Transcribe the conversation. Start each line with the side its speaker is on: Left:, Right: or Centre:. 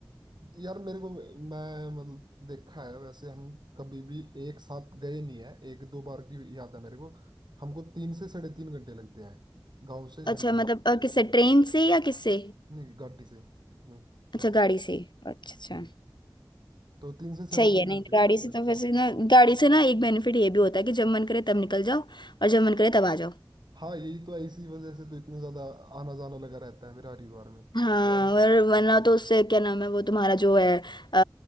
Right: यार मेरे को मैं मतलब देखा है वैसे हम कभी भी एक साथ गए नहीं है एक दो बार की याद है मेरे को हमको तीन से साढ़े तीन घंटे लगते हैं गांव से
Left: अच्छा
Right: हरिद्वार
Left: मतलब
Right: तक।
Left: अ, किससे ट्रेन से या किससे
Right: नहीं गाड़ी से अपने उधर
Left: अच्छा
Right: से
Left: गाड़ी से अच्छा अच्छा
Right: हम्म तो तीन से साढ़े
Left: सही
Right: तीन
Left: है नहीं
Right: घंटे
Left: तो गाड़ी से
Right: लगते
Left: तो वैसे
Right: हैं
Left: ना गाड़ी से ना एक बेनिफिट ये भी होता है कि जब मन करे तब निकल जाओ और जब मन करे तब आ जाओ
Right: हाँ यही तो है, इसी वजह से तो इतने ज्यादा आना जाना लगा रहता है मेरा हरिद्वार में हम्म,
Left: हाँ और वरना तो उससे क्या नाम है वो तुम्हारा जो है अ,